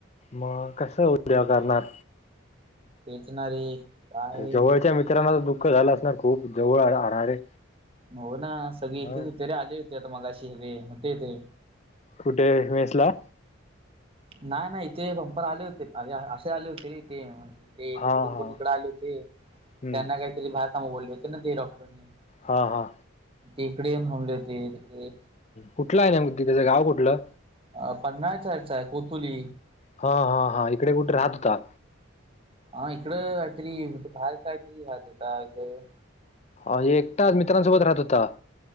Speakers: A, on the left; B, on the right.
A: मग कसं उद्या करणार?
B: तेच ना रे. काय
A: जवळच्या मित्रांना तर दुःख झालं असणार खूप जवळ राहणारे
B: हो ना सगळी इथेच
A: ह
B: होते रे आले होते आता मगाशी रे होते तेे.
A: कुठे मेस ला?
B: नाय, नाय इथे बंपार आले होते अरे आ असे आले होते की ते
A: हा
B: तिकडून कोण
A: हा
B: इकडं आले होते
A: हम्म
B: त्यांना काहीतरी बाहेरकामं बोलले होते ना ते डॉक्टरने.
A: हा हा.
B: ते इकडे येऊन होऊनले होते तिकडे
A: कुठलं आहे नेम तिज्या गाव कुठलं?
B: अ पण नाय चारच्या कोतुली
A: हा हा हा इकडे कुठं राहत होता.
B: हा इकडं कायतरी बाहेर कायतरी राहत होता इथं.
A: अ एकटाच मित्रांसोबत राहत होता.